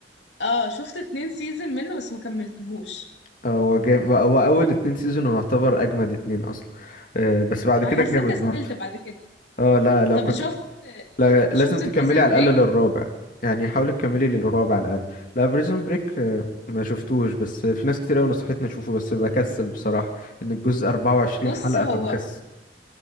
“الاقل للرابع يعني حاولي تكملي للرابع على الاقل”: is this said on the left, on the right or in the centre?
Left